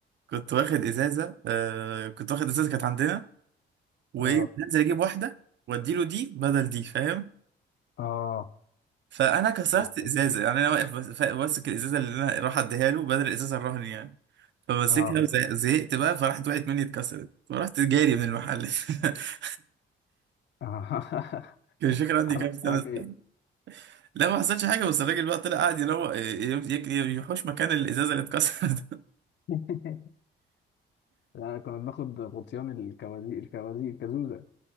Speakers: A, on the right; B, on the left.
A: كنت واخد ازازة آه كنت واخد ازازة كانت عندنا وايه
B: اه
A: بنزل اجيب واحدة واديله دي بدل دي فاهم
B: اه
A: فانا كسرت
B: لا،
A: ازازه
B: بس-
A: يعني انا واقف بس- ماسك الازازه اللي انا راح اديها له بدل الازازه الرهن يعني فمسكها
B: اه
A: وزهقت بقى فراحت وقعت مني اتكسرت فرحت جاري من المحل <laughs>
B: اه <laughs>
A: كان مش فاكر عندي
B: عمل
A: كام سنه
B: معاك ايه
A: سنة. لا ما حصلش حاجه بس الراجل بقى طلع قاعد يلو ي- ي- يحوش مكان الازازه اللي اتكسرت <laughs>
B: <laughs> لا كنا بناخد غطيان الكوازيق الكوازيق الكازوزه